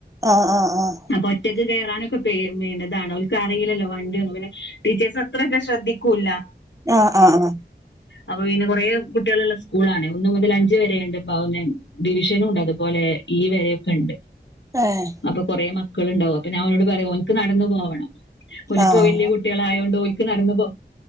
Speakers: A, on the right (about 20°); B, on the left (about 85°).
A: ആഹ് ആഹ് ആഹ്
B: അപ്പൊ ഒറ്റക്ക് കേറാന് <inaudible> താണോ അവർക്ക് അറിയില്ലല്ലോ വണ്ടിന്നും പിന്നെ ടീച്ചേഴസ് അത്രേം അങ്ങിട്ട് ശ്രെദ്ധിക്കൂല
A: ആ ആ ആ
B: അപ്പൊ പിന്നെ കുറെേ കുട്ടികളുള്ള സ്കൂളാണ് ഒന്നു മുതൽ അഞ്ച് വരെഉണ്ട് അവനെ ഡിവിഷനും ഉണ്ടല്ലോ അതു പോലെ ഈ വരയൊക്കെ ഉണ്ട്
A: ഏഹ്
B: അപ്പൊ കൊറേ മക്ക ളുണ്ടാകും അപ്പോ ഞാൻ ഓനോട്‌ പറയും ഓൻക് നടന്ന് പോകണം ഓലിപ്പോ
A: ആഹ്
B: വല്ല്യ കുട്ടികൾആയോണ്ട് ഓല്ക്‌ നടന്നു പോ